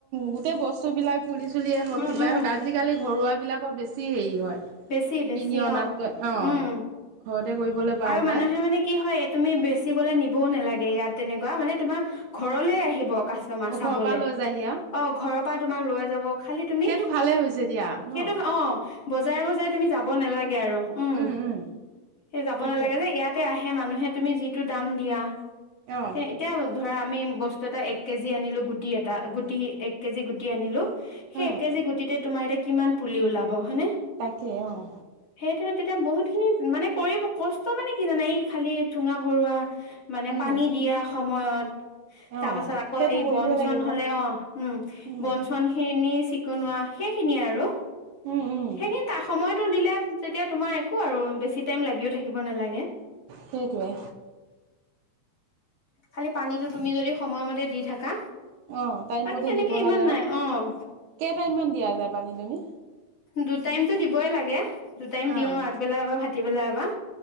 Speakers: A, on the right; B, on the left.
A: গোটেই বস্তুবিলাক পুলি চুলিয়ে হওক
B: উম
A: কিবাই
B: উম
A: হওক আজিকালি ঘৰুৱা। বিলাকৰ বেছি হেৰি হয়।
B: বেছি বেছি
A: কিনি অনাতকৈ
B: অ
A: অঁ
B: উম।
A: ঘৰতে কৰিবলৈ পৰা
B: আৰু
A: যায়
B: মানুহে মানে কি হয় তুমি বেচিবলৈ নিবও নালাগে ইয়াত। তেনেকুৱা মানে তোমাৰ ঘৰলে আহিব। কাষ্টমাৰ চাবলে
A: ঘৰৰ পৰা লৈ যায়হি আৰু
B: অ ঘৰৰ পৰাই তোমাৰ লৈ যাব। খালি তুমি
A: সেইটো ভালে হৈছে দিয়া
B: সেইটো
A: ন
B: বজাৰে বজাৰে যাব নালাগে আৰু ওম।
A: উম উম
B: যাব
A: তাকে
B: নালাগে যে ইয়াতে আহে মানুহে তুমি যিটো যিটো দাম দিয়া
A: অঁ
B: তে এতিয়া ধৰা আমি বস্তু এটা এক কেজি আনিলোঁ গোট গুটি এটা গুটি এক কেজি গুটি টি আনিলো সেই
A: উম
B: এক কেজি গুটিতে তোমাৰ এতিয়া কিমান পুলি ওলাব ব হয়নে?
A: তাকে অঁ
B: সেইটোয়ে তেতিয়া বহুত খিনি মানে কষ্ট মানে কি জানা এই খালি ঠোঙা ভৰোৱা মানে
A: উম
B: পানী দিয়া সময়ত
A: অঁ
B: তাৰ পাছত আকৌ
A: সেইটো
B: এই
A: কৰিবই
B: বনচন
A: লাগিব
B: হলে অ উম
A: উম
B: বনচনখিনি চিকুনোৱা সেইখিনিয়ে আৰু।
A: উম উম
B: সেইখিনি তাক সময়তো দিলে যেতিয়া তোমাৰ থাকোঁ আৰু বেছি টাইম লাগিও থাকিব নালাগে।
A: সেইটোৱে
B: খালি পানীটো তুমি যদি সময়মতে দি থাকা
A: অ টাইম
B: বাকী
A: মতে
B: তেনেকে
A: দিব
B: ইমান
A: লাগে আও।
B: নাই অ',
A: কেটাইম মান দিয়া যায়? পানী তুমি
B: দুটাইমতো দিবই লাগে। দুটাইম দিও
A: অঁ
B: আগবেলা এবাৰ ভাঁ ৰাতি বেলা এবাৰ